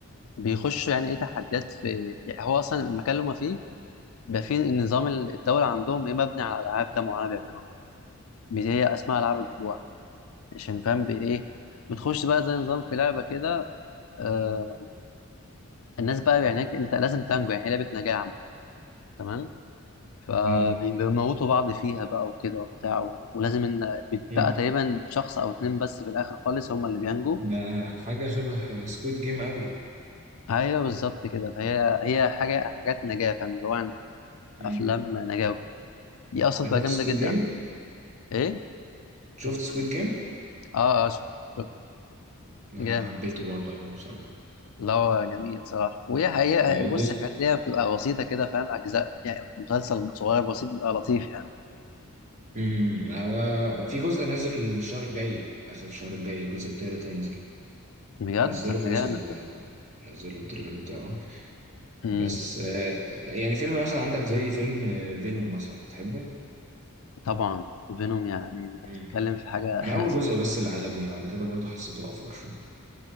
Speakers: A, on the left; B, on the right.
A: بيخش يعني ايه تحديات في يعني هو اصلا المكان اللي هما فيه ده في نظام الدولة عندهم إيه مبني على ألعاب كده معينة بيعملوها بت- هي اسمها ألعاب الجوع عشان فاهم بإيه بتخش بقى زي نظام في لعبة كده آه الناس بقى يعني هناك أنت لازم تنجو يعني هي لعبة نجاة عامة تمام فبيموتوا
B: آه.
A: بعض فيها بقى وكده وبتاع و- ولازم إن بتبقى
B: مم.
A: تقريبا شخص أو اتنين بس في الآخر خالص هم اللي بينجوا
B: ده حاجة شبه سكويد جيم قوي
A: أيوه بالظبط كده فهي هي حاجة حاجات نجاة فاهم اللي هو يعني
B: مم.
A: أفلام نجاة وكده دي أصلا
B: انت
A: بتبقى
B: شفت
A: جامدة
B: سكويد
A: جدا
B: جيم؟
A: أفلام إيه؟
B: شفت سكويد جيم؟
A: آه آه شفت شفت.
B: انا
A: جامد
B: حبيته برضه قوي بصراحة
A: لا هو جميل صراحة وهي حقيقة
B: هو
A: بص
B: جزء
A: الحاجات اللي هي بتبقى بسيطة كده فاهم أجزاء يعني مسلسل صغير بسيط بيبقى لطيف يعني
B: مم. هو في جزء نازل الشهر الجاي آخر الشهر الجاي الجزء التالت هينزل
A: بجد
B: نزله
A: طب
B: خلاص
A: ده جامد
B: ال...
A: ده
B: نزلوا التريلر بتاعه
A: امم
B: بس آه، يعني فيلم مثلا عندك زي فيلم فينوم مثلا بتحبه؟
A: طبعا فينوم يعني أنت
B: مم.
A: بتتكلم في حاجة
B: انا
A: <laughs>
B: اول جزء بس اللي عجبني بعد كده برضه حسيته افور شوية